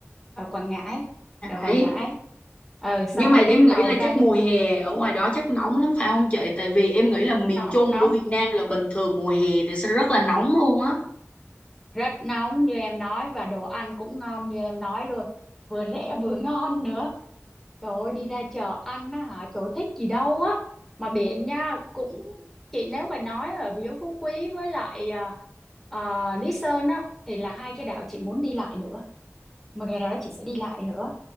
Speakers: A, in the centre; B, on the left.
A: ở Quảng Ngãi ở Quảng
B: Đấy.
A: Ngãi ờ xong
B: Nhưng
A: rồi
B: mà
A: đi
B: em nghĩ
A: tàu
B: là
A: ra
B: chắc
A: những
B: mùa hè ở ngoài đó chắc nóng lắm phải không chị? Tại vì em nghĩ là miền
A: nóng,
B: Trung
A: nóng
B: của Việt Nam là bình thường mùa hè thì sẽ rất là nóng luôn á.
A: rất nóng như em nói và đồ ăn cũng ngon như em nói luôn vừa rẻ vừa ngon nữa Trời ơi, đi ra chợ ăn á hả? Trời ơi, thích gì đâu á. Mà biển nha, cũng chị nếu mà nói ở giữa Phú Quý với lại à, à, Lý Sơn á thì là hai cái đảo chị muốn đi lại nữa. Một ngày nào đó chị sẽ đi lại nữa.